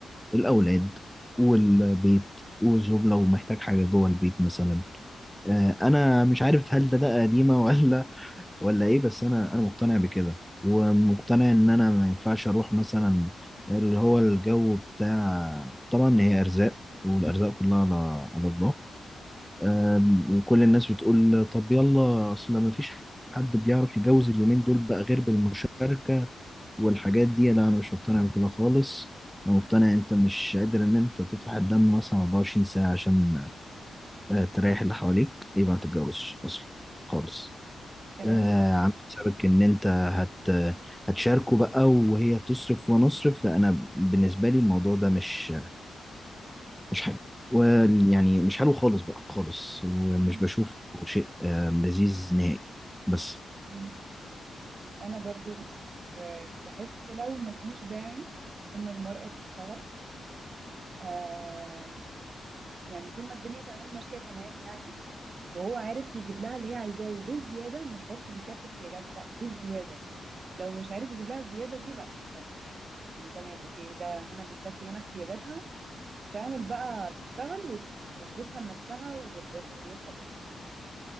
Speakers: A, in the centre; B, on the right.
A: الاولاد والبيت والزوج لو محتاج حاجة جوه البيت مثلا آه، انا مش عارف هل ده ده قديمه ولا <laughs> ولا ايه بس انا انا مقتنع بكده ومقتنع ان انا ما ينفعش اروح مثلا اللي هو الجو بتاع طبعا هي ارزاق والارزاق كلها على على الله آم، وكل الناس بتقول طب يلا اصل ما فيش حد بيعرف يجوز اليومين دول بقى غير بالمشاركه والحاجات دي لا انا مش مقتنع بكده خالص انا مقتنع انت مش قادر ان انت تطفح الدم مثلا 24 ساعه عشان آه، تريح اللي حواليك يبقى ما تتجوزش اصلا خالص
B: كلام
A: آه،
B: سليم.
A: عامل حسابك ان انت هت هتشاركه بقى وهي تصرف وانا اصرف انا بالنسبه لي الموضوع ده مش مش حلو ويعني مش حلو خالص بقى خالص ومش
B: مم.
A: بشوفه شيء آه، لذيذ نهائي بس
B: مم. انا برضو مش بحس لو مفيش داعي ان المرأة تشتغل آه يعني طول ما الدنيا تمام ماشية تمام يعني وهو عارف يجيب لها اللي هي عايزاه وبالزيادة مش بس بيكفي احتياجاتها لا بالزيادة لو مش عارف يجيب لها الزيادة دي لا تشتغل يعني تمام اوكي ده هنا بيكفي هنا احتياجاتها تعمل بقى تشتغل و- وفلوسها لنفسها ولرفاهيتها بس